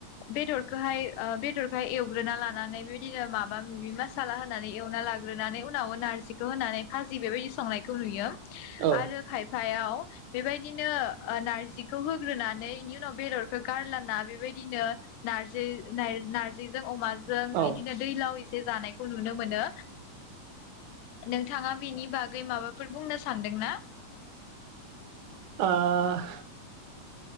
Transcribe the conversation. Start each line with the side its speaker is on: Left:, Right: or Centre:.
Left: बेदरखोहाय ओ बेदरखोहाय एवग्रोना लानानै बिबाय दिनो माबा मिबि मासाला होनानै एवना लाग्रोनानै उनाव नारजिखौ होनानै फाजि बेबायदि संनायखौ नुयो।
Right: औ
Left: आरो खायफायाव बेबायदिनो ओ नारजिखौ होग्रोनानै इनि उनाव बेदरखो गारलाना बेबायदिनो नारजि नार नारजिजों अमा जों
Right: औ ओ
Left: इदिनो दैलावै <unintelligible> जानायखौ नुनो मोनो। नोंथाङा बेनि बागै माबा फोर बुंनो सानदोंना?
Right: ओह